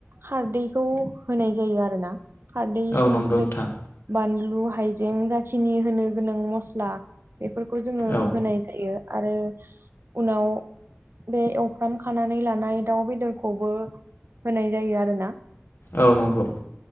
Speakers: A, on the right; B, on the left.
A: खारदैखौ होनाय जायो आरो ना खारदै,
B: औ
A: संख्रि,
B: नंगौ नोंथां
A: बान लु हाइजें जाखिनि होनो गोनां मस्ला बेफोरखौ जोङो
B: औ
A: होनाय जायो। आरो उनाव बे एवफ्राम खानानै लानाय दाउ बेदरखौबो होनाय जायो आरोना।
B: औ नंगौ